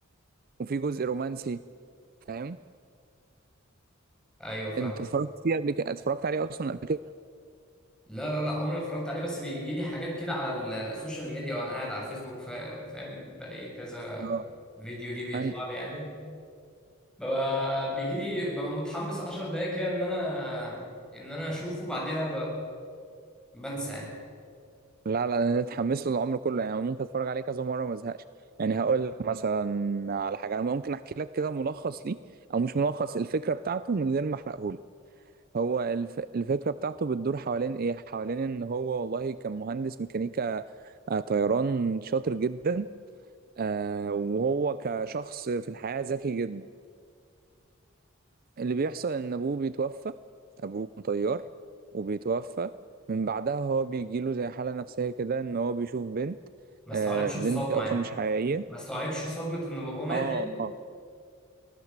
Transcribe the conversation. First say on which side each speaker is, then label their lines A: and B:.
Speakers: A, on the right; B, in the centre.
A: وفي جزء رومانسي فاهم؟
B: ايوه فاهم
A: أنت اتفرجت فيه قبل كده اتفرجت عليه أصلا قبل كده؟
B: لا لا لا عمري ما اتفرجت عليه بس بيجي لي حاجات كده على السوشيال ميديا وانا قاعد على الفيسبوك فا- فاهم بلاقي كذا
A: آه.
B: فيديو ليه بيطلع
A: أنا
B: لي يعني ببقى بيجي لي ببقى متحمس 10 دقايق كده ان انا ان انا اشوفه بعدها ب... بنسى يعني
A: لا لا انا اتحمس له العمر كله يعني ممكن اتفرج عليه كذا مره ما ازهقش يعني هقول لك مثلا على حاجه انا ممكن احكي لك كده ملخص ليه او مش ملخص الفكره بتاعته من غير ما احرقه لك هو الف... الفكره بتاعته بتدور حوالين ايه حوالين ان هو والله كان مهندس ميكانيكا آه، طيران شاطر جدا آه، وهو كشخص في الحياه ذكي جدا اللي بيحصل ان ابوه بيتوفى ابوه كان طيار وبيتوفى من بعدها هو بيجيله زي حالة نفسية كده ان هو بيشوف بنت
B: ما استوعبش
A: آه بنت
B: الصدمة
A: اصلا
B: يعني
A: مش حقيقية
B: ما استوعبش صدمة ان بابا مات
A: اه
B: يعني
A: اه